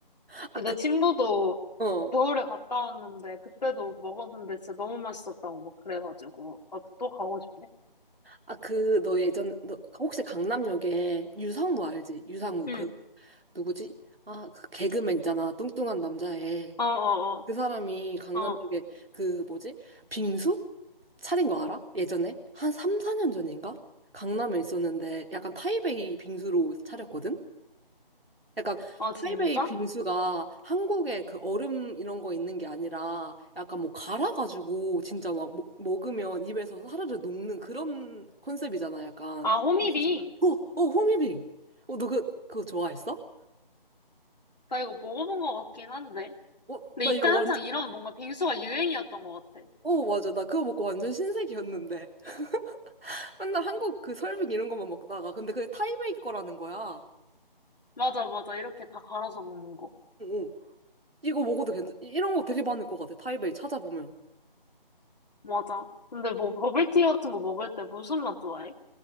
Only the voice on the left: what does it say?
근데
내 친구도
겨울에 갔다 왔는데, 그때도 먹었는데 진짜 너무 맛있었다고 막 그래가지고, 나도 또 가고 싶네.
응,
어어어,
어, 어, 어.
아,
진짜?
아, 호미빙.
나 이거 먹어본 것 같긴 한데.
근데
이때
한창
이런 뭔가 빙수가 유행이었던 것 같아.
맞아, 맞아. 이렇게 다 갈아서 먹는 거.
맞아. 근데 뭐 버블티 같은 거 먹을 때 무슨 맛 좋아해?